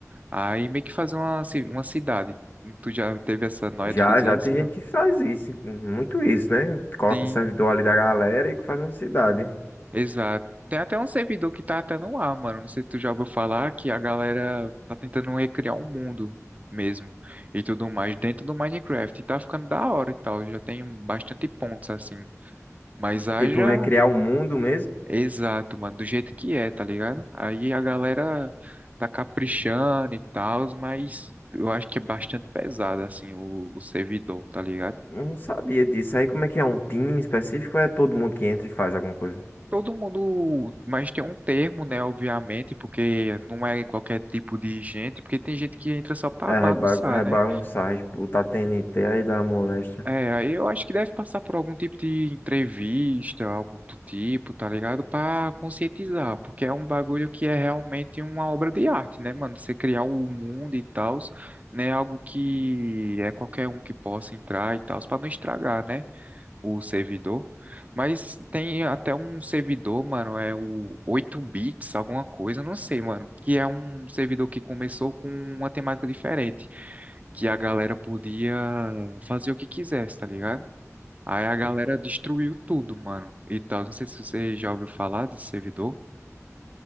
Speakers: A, on the right; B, on the left.
A: Aí meio que fazer uma, ci- uma cidade. Tu já teve essa noia
B: Já,
A: de fazer
B: já
A: isso?
B: tem gente
A: Não?
B: que faz isso, muito isso, né? Coloca
A: Sim.
B: o servidor ali da galera e faz uma cidade.
A: Exato. Tem até um servidor que tá até no ar, mano. Não sei se tu já ouviu falar que a galera tá tentando recriar um mundo mesmo e tudo mais dentro do Minecraft. E tá ficando da hora e tal. Já tem bastante pontos assim. Mas haja
B: Tipo, recriar o mundo mesmo?
A: exato, mano, do jeito que é, tá ligado? Aí a galera tá caprichando e tal, mas eu acho que é bastante pesado assim o, o servidor, tá ligado?
B: Eu Não sabia disso. Aí como é que é? Um time específico ou é todo mundo que entra e faz alguma coisa?
A: Todo mundo, mas tem um termo, né, obviamente, porque não é qualquer tipo de gente, porque tem gente que entra só pra
B: É,
A: bagunçar,
B: reba- rebagunçar,
A: né?
B: botar TNT aí da moléstia.
A: É, aí eu acho que deve passar por algum tipo de entrevista, algo do tipo, tá ligado? Pra conscientizar, porque é um bagulho que é realmente uma obra de arte, né, mano? Você criar o mundo e tal, né? Algo que é qualquer um que possa entrar e tal, pra não estragar, né? o servidor. Mas tem até um servidor, mano, é o 8 bits, alguma coisa, não sei, mano, que é um servidor que começou com uma temática diferente, que a galera podia fazer o que quisesse, tá ligado? Aí a galera destruiu tudo, mano. E tal, não sei se você já ouviu falar desse servidor.